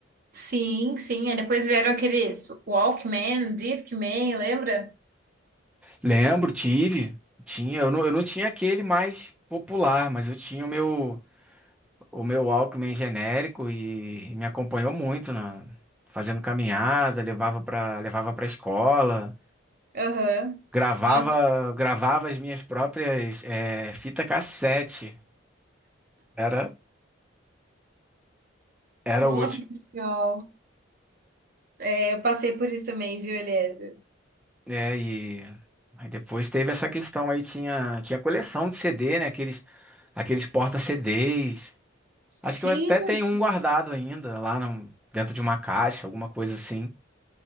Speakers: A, on the right; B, in the centre.
A: Sim, sim. Aí depois vieram aqueles Walkman, Discman, lembra?
B: Lembro, tive, tinha, eu não, eu não tinha aquele mais popular, mas eu tinha o meu. o meu Walkman genérico e, e me acompanhou muito na fazendo caminhada, levava para levava para escola,
A: Aham.
B: gravava
A: Nossa,
B: gravava as minhas próprias eh, fita cassete. Era era
A: nossa,
B: útil,
A: que legal. É, eu passei por isso também, viu, Eliezer?
B: né? E aí depois teve essa questão aí tinha tinha coleção de CD, né? Aqueles aqueles porta-CDs. Acho
A: Sim,
B: que eu até tenho um guardado ainda lá no- dentro de uma caixa, alguma coisa assim.